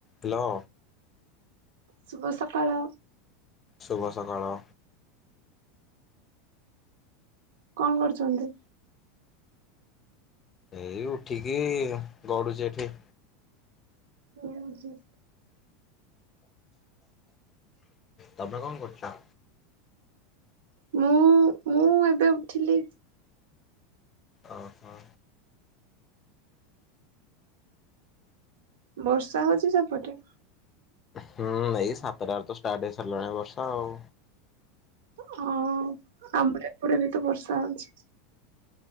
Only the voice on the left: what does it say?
Hello.
ଶୁଭ ସକାଳ।
ଏଇ ଉଠିକି ଗଡୁଚି ଏଠି।
ତମେ କଣ କରୁଚ?
ଓ ହୋ।
ହୁଁ ଏଇ ସାତଟାରେ ତ ଷ୍ଟାର୍ଟ ହେଇସାରିଲାଣି ବର୍ଷା ଆଉ।